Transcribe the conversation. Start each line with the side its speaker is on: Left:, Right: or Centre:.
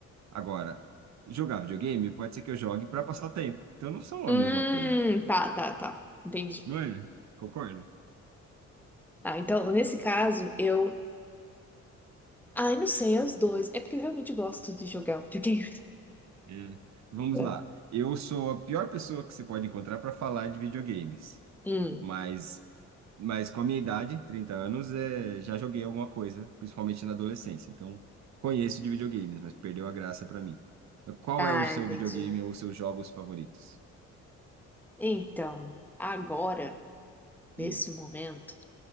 Right: Agora, jogar videogame pode ser que eu jogue para passar o tempo. Então não são
Centre: Hum,
Right: a mesma coisa,
Centre: tá, tá, tá. Entendi.
Right: não é? Concorda?
Centre: Tá, então, nesse caso, eu. Ai, não sei, é os dois. É porque eu realmente gosto de jogar videogame.
Right: É. Vamos
Centre: <laughs>
Right: lá. Eu sou a pior pessoa que você pode encontrar para falar de videogames,
Centre: Hum.
Right: mas, mas com a minha idade, 30 anos, é, já joguei alguma coisa, principalmente na adolescência. Então, conheço de videogames, mas perdeu a graça para mim. Qual
Centre: Ah,
Right: é o seu
Centre: entendi.
Right: videogame ou os seus jogos favoritos?
Centre: Então, agora,
Right: E,
Centre: nesse momento,